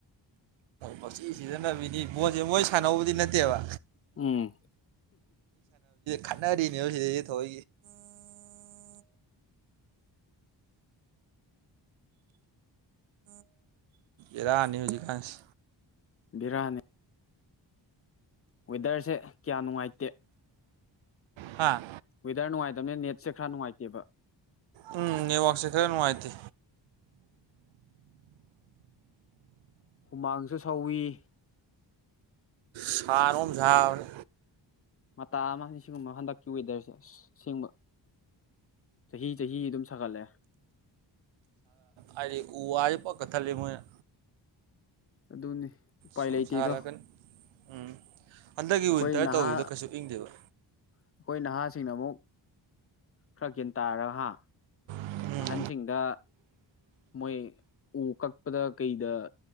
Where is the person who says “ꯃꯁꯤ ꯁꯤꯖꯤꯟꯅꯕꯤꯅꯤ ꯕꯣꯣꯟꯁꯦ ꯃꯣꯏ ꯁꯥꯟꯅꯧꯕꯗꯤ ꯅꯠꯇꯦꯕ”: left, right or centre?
Right